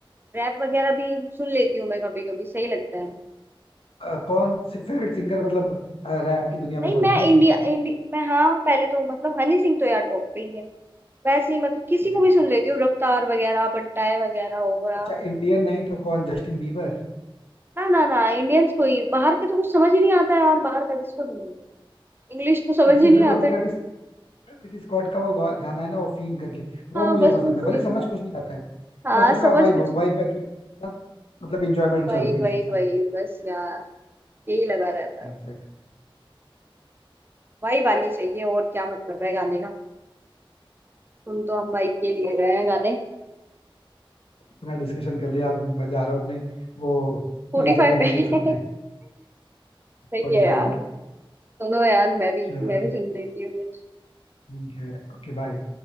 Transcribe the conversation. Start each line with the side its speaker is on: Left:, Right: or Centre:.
Right: रैप वगैरह भी सुन लेती हूँ मैं कभी कभी सही लगता है
Left: अ, कौन से फेवरेट सिंगर मतलब रैप की दुनिया
Right: नहीं
Left: में कौन
Right: मैं
Left: हनी
Right: इंडिया
Left: सिंह
Right: इंडिया मैं हाँ पहले तो मतलब हनी सिंह तो यार टॉप पे ही है वैसे ही मतलब किसी
Left: Exactly
Right: को भी सुन
Left: exactly.
Right: लेती हूँ रफ्तार वगैरह बंटाए वगैरह हो गया
Left: अच्छा इंडियन नहीं तो कौन जस्टिन बीबर
Right: ना ना ना इंडियंस को ही बाहर के तो कुछ समझ ही नहीं आता है यार बाहर का किसको सुनूंगी इंग्लिश तो समझ
Left: बट
Right: ही
Left: फिर
Right: नहीं
Left: भी वो
Right: आता
Left: ट्रेविस
Right: है
Left: ट्रेविस स्कॉट का वो गा- गाना है ना वो फीन करके वो
Right: हाँ
Left: मुझे
Right: बस
Left: पसंद
Right: कुछ
Left: है भले
Right: नहीं
Left: समझ कुछ नहीं आता है
Right: हाँ
Left: बस
Right: समझ
Left: उसका वाइब
Right: कुछ नहीं
Left: वाइब मैच होती है उसके साथ, मतलब इंजॉयमेंट
Right: वही
Left: चलती है
Right: वही
Left: उसके साथ
Right: वही बस यार यही लगा रहता
Left: Exactly।
Right: है वाइब आनी चाहिए और क्या मतलब है गाने का सुन तो हम वाइब के लिए रहे हैं गाने
Left: इतना डिस्कशन कर लिया अब मैं जा रहा हूँ अपने वो
Right: स्पॉटिफाई
Left: प्लीजेंट म्यूजिक
Right: पे <laughs>
Left: सुनने स्पॉटिफाई
Right: सही है यार
Left: पे
Right: सुनो यार मैं भी
Left: चलो
Right: मैं भी
Left: ठीक
Right: सुन लेती हूँ
Left: ठीक है ओके बाय